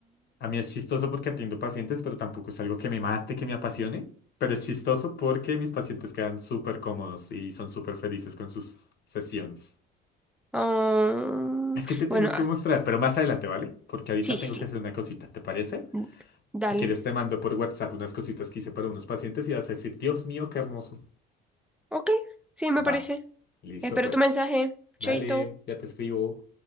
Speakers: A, on the left; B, in the centre.
A: A mí es chistoso porque atiendo pacientes, pero tampoco es algo que me mate, que me apasione. Pero es chistoso porque mis pacientes quedan súper cómodos y son súper felices con sus sesiones.
B: Ah,
A: Es que te tengo
B: bueno, ah,
A: que mostrar, pero más adelante, ¿vale? Porque ahorita
B: sí, sí.
A: tengo que hacer una cosita, ¿te parece?
B: sí. Dale.
A: Si quieres te mando por WhatsApp unas cositas que hice para unos pacientes y vas a decir, Dios mío, qué hermoso.
B: Ok, sí, me parece.
A: Va, listo
B: Espero
A: pues.
B: tu mensaje.
A: Dale,
B: Chaito.
A: ya te escribo.